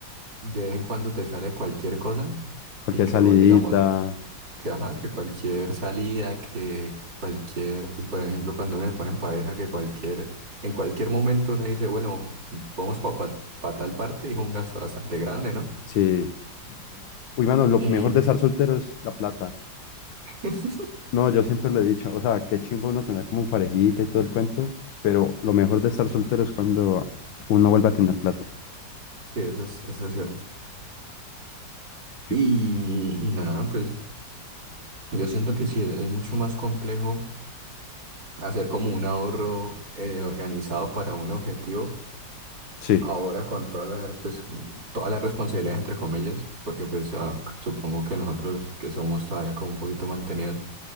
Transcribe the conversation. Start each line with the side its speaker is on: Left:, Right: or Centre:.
Right: de vez en cuando te sale cualquier cosa
Left: Cualquier
Right: y que
Left: salidita,
Right: vos, digamos, que, ajá, que cualquier salida, que cualquier, pues por ejemplo, cuando uno se pone en pareja, que cualquier, en cualquier momento uno dice, bueno, vamos para tal parte, y es un gasto bastante grande, ¿no?
Left: Sí, Uy, mano, lo
Right: Eh,
Left: mejor de estar soltero es la plata.
Right: <laughs>
Left: No, yo siempre lo he dicho, o sea, qué chimbo uno tener como parejita y todo el cuento, pero lo mejor de estar soltero es cuando uno vuelve a tener plata.
Right: Sí, eso es, eso es cierto.
Left: Yo-
Right: Y, y nada, pues yo siento que sí, es es mucho más complejo hacer como un ahorro eh, organizado para un objetivo
Left: Sí,
Right: ahora con toda la, pues, toda la responsabilidad, entre comillas, porque pues ah, supongo que nosotros que somos todavía como un poquito mantenidos,